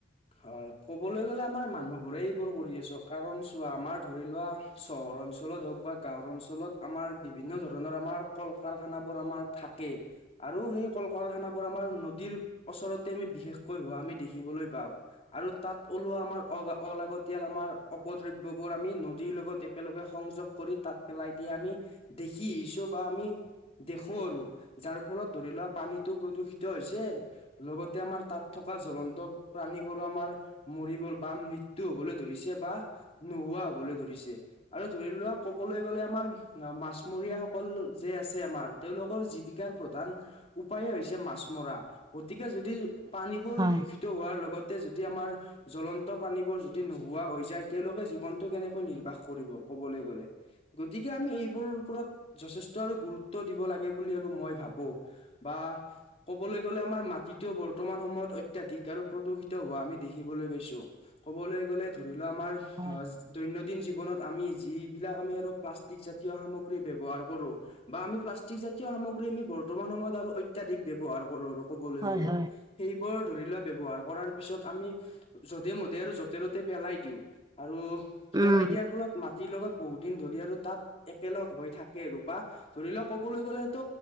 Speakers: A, on the left; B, on the right.
A: হয় কবলৈ গ'লে আমাৰ মানুহবোৰে এইবোৰ কৰি আছো কাৰণ চোৱা আমাৰ ধৰি লোৱা চহৰ অঞ্চলত হওক বা গাঁওৰ অঞ্চলত আমাৰ বিভিন্ন ধৰণৰ আমাৰ কল কাৰখানাবোৰ আমাৰ থাকে। আৰু সেই কল কাৰখানাবোৰ আমাৰ নদীৰ ওচৰতে আমি বিশেষকৈ হোৱা আমি দেখিবলৈ পাও। আৰু তাত ওলোৱা আমাৰ অ, অলাগতিয়াল আমাৰ অপদ্ৰব্য বোৰ আমি নদীৰ লগতে একেলগে সংযোগ কৰি তাত পেলাই দিয়া আমি দেখি আহিছো বা আমি দেখো আৰু যাৰ ফলত ধৰি লোৱা পানীতো প্ৰদূষিত হৈছে। লগতে আমাৰ তাত থকা জ্বলন্ত প্ৰাণীবোৰ আমাৰ মৰি গল বা মৃত্যু হবলৈ ধৰিছে বা নোহোৱা হবলৈ ধৰিছে। আৰু ধৰি লোৱা ক'বলৈ গ'লে আমাৰ মাছমৰীয়া সকল যে আছে আমাৰ তেওঁলোকৰ জীৱিকাৰ প্ৰধান উপায়ে হৈছে মাছ মৰা গতিকে যদি পানীবোৰ
B: হয়
A: দূষিত হোৱাৰ লগতে যদি আমাৰ জ্বলন্ত পানীবোৰ যদি নোহোৱা হৈ যায় তেওলোকে জীৱনটো কেনেকৈ নিৰ্বাহ কৰিব কবলৈ গ'লে। গতিকে আমি এইবোৰৰ ওপৰত যথেষ্ট আৰু গুৰুত্ব দিব লাগে বুলি আৰু মই ভাবো। বা ক'বলৈ গ'লে আমাৰ মাটিটোও বৰ্তমান সময়ত অত্যাধিক আৰু প্ৰদূষিত হোৱা আমি দেখিবলৈ পাইছো ক'বলৈ গ'লে ধৰি লোৱা আমাৰ
B: হয়
A: অ দৈনন্দিন জীৱনত আমি যিবিলাক আমি আৰু প্লাষ্টিক জাতীয় সামগ্ৰী ব্যৱহাৰ কৰো বা আমি প্লাষ্টিক জাতীয় সামগ্ৰীখিনি আমি বৰ্তমান সময়ত আৰু অত্যাধিক ব্যৱহাৰ কৰো আৰু ক'বলৈ
B: হয়
A: গ'লে
B: হয়
A: সেইবোৰ ধৰি লোৱা ব্যৱহাৰ কৰাৰ পিছত আমি যধে - মধে আৰু যতে- ত'তে পেলাই দিওঁ আৰু পেলাই
B: উম
A: দিয়াৰ ফলত মাটিৰ লগত বহুত দিন ধৰি আৰু তাত একেলগ হৈ থাকে আৰু বা ধৰি লওক ক'বলৈ গ'লে ত